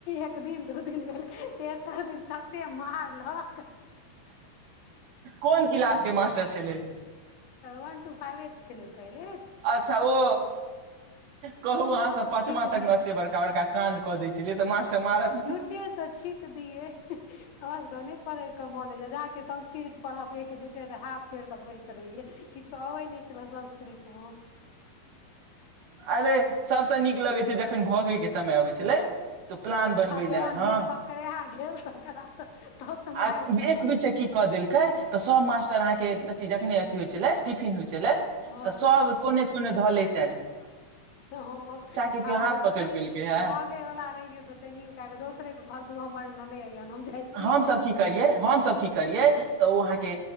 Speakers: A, on the left; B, on the right.
A: एक दिन दू दिन भेले तेसर दिन तते मारलह
B: कोन क्लास के मास्टर छलै
A: वन टू फाइवे के छलै पहले
B: अच्छा ओ कहू अहाँसभ पचमा
A: छीक
B: तकमे
A: दियै
B: एते बड़का बड़का काण्ड कऽ दै छलियै तऽ मास्टर त मारत
A: झूठेसँ छीक दियै हमरा सभके नहि पढ़ैके मोन होइय जहाँके संस्कृत पढ़बियै के झुठे सँ हाथ जोड़ कऽ बैस रहियै किछो अबै नहि छले संस्कृत मे
B: अरे सबसे नीक लगै छै जखन भगै के समय अबइ छलै तऽ प्लान बनबै
A: आ जहन
B: ले हँ
A: जे पकड़ा गेल तकरा तऽ तऽ तऽ
B: आ
A: मारि खेलक
B: एक बीचे की कऽ देलकै तऽ सब मास्टर अहाँके अथी जखने होइ छलै टिफिन होइ छलै
A: हँ
B: तऽ सभ कोने कोने धऽलैत
A: हँ
B: के
A: धारेतऽ
B: केओ हाथ पकड़ि
A: तइयो
B: पेलकै हे
A: भगै वला रहै छै तऽ तनियो के क दोसरे खल तो हमर ननै <unintelligible> छियौ
B: हमसभ की करियै हमसभ की करियै तऽ ओ अहाँके